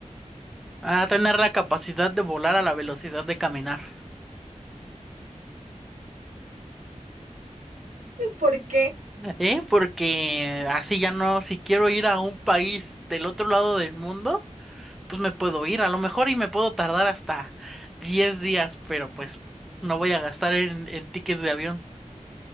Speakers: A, in the centre; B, on the right (about 80°).
A: A tener la capacidad de volar a la velocidad de caminar.
B: <laughs> ¿Por qué?
A: ¿Eh? Porque así ya no, si quiero ir a un país del otro lado del mundo, pues me puedo ir a lo mejor y me puedo tardar hasta 10 días, pero pues no voy a gastar en, en tickets de avión.